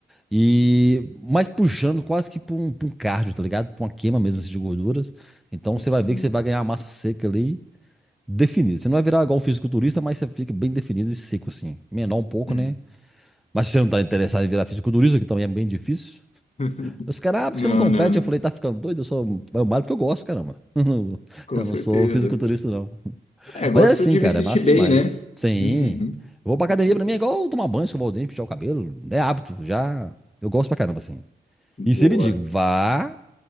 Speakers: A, in the centre; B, on the left.
A: e mais puxando quase que para um, pra um cardio, tá ligado? Para uma queima mesmo assim, de gorduras. Então
B: Assim.
A: você vai ver que você vai ganhar massa seca ali definido. Você não vai virar igual um fisiculturista, mas você fica bem definido e seco, assim. Menor um pouco,
B: Hum.
A: né? Mas se você não tá interessado em virar fisiculturista, que também é bem difícil.
B: <laughs>
A: Os caras, ah,
B: Não,
A: porque você não compete?
B: não, não.
A: Eu falei, tá ficando doido? Eu só vai o malho porque eu gosto, caramba. <laughs>
B: Com
A: Eu
B: certeza.
A: não sou fisiculturista, não.
B: É, gosto
A: Mas é assim,
B: de
A: cara,
B: me sentir
A: é massa
B: bem,
A: demais.
B: né?
A: Sim.
B: Uhum.
A: Eu vou pra
B: Com
A: academia,
B: certeza.
A: pra mim é igual tomar banho, escovar o dente, puxar o cabelo. É hábito, já. Eu gosto pra caramba, assim.
B: Boa.
A: E sempre digo, vá